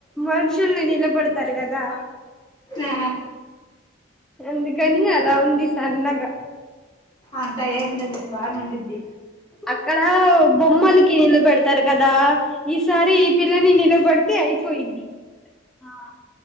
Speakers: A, in the centre; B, on the left.
A: మనుషుల్ని నిలబడతారు కదా
B: ఆ
A: అందుకని అలా ఉంది సన్నగా
B: అంట ఏం ఉండదులే బానే ఉండిద్ది
A: అక్కడ బొమ్మలు కి నీళ్ళ పెడతారు కదా ఈసారి ఈ పిల్లని నిలబడితే అయిపోయింది ఆ